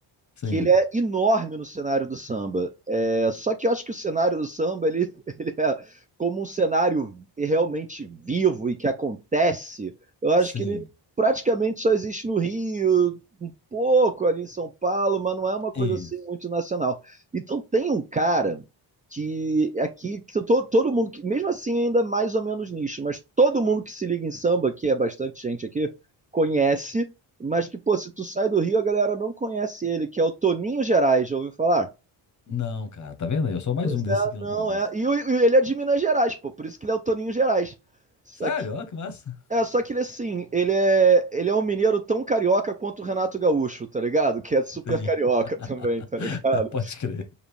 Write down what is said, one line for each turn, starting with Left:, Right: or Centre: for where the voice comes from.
Left: sim,
Right: que ele é enorme no cenário do samba. É, só que eu acho que o cenário do samba ele, <laughs> ele é como um cenário realmente vivo e que acontece. Eu acho
Left: sim.
Right: que ele praticamente só existe no Rio, um pouco ali em São Paulo, mas não é uma coisa
Left: Isso.
Right: assim muito nacional. Então tem um cara que aqui que to- todo mundo, que, mesmo assim ainda é mais ou menos nicho, mas todo mundo que se liga em samba, que é bastante gente aqui, conhece mas que, pô, se tu sai do Rio, a galera não conhece ele, que é o Toninho Gerais, já ouviu falar?
Left: Não, cara, tá vendo aí? Eu sou mais
Right: Pois
Left: um desses
Right: é,
Left: que não
Right: não
Left: conhece.
Right: é. E, o- e ele é de Minas Gerais, pô, por isso que ele é o Toninho Gerais. Só
Left: Sério,
Right: que,
Left: ó, que massa.
Right: é, só que ele, assim, ele é, ele é um mineiro tão carioca quanto o Renato Gaúcho, tá ligado? Que é super
Left: Tem,
Right: carioca <laughs> também, tá
Left: <laughs>
Right: ligado?
Left: pode crer.